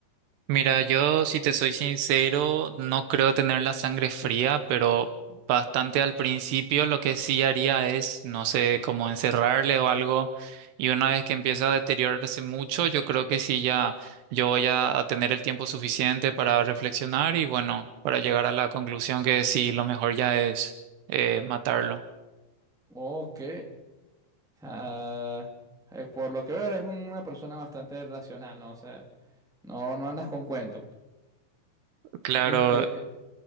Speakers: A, on the right; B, in the centre.
A: Mira, yo si te soy sincero, no creo tener la sangre fría, pero bastante al principio lo que sí haría es, no sé, como encerrarle o algo. Y una vez que empieza a deteriorarse mucho, yo creo que sí ya yo voy a, a tener el tiempo suficiente para reflexionar y bueno, para llegar a la conclusión que sí, lo mejor ya es eh, matarlo.
B: Ok. O sea, eh, por lo que veo eres una persona bastante racional, ¿no? O sea, no, no andas con cuentos.
A: Claro.
B: Este,